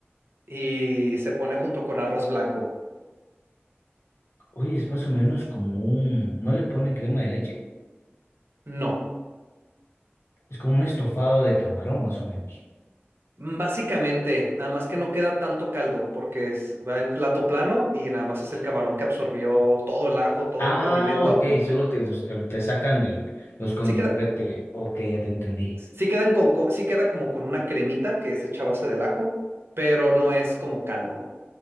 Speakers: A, on the right; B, on the left.
A: y se pone junto con arroz blanco.
B: Oye, es más o menos como un... ¿No le ponen crema de leche?
A: No,
B: Es como un estofado de camarón, más o menos.
A: básicamente, nada más que no queda tanto caldo porque es- va en plato plano y nada más es el camarón que absorbió todo el ajo, todo
B: Ah,
A: el condimento.
B: ok, solo te, los- te, te sacan el, los condimentos.
A: Sí queda,
B: Ok, ya te entendí.
A: sí quedan con- con- sí queda como con una cremita que es hecha a base del ajo, pero no es como caldo.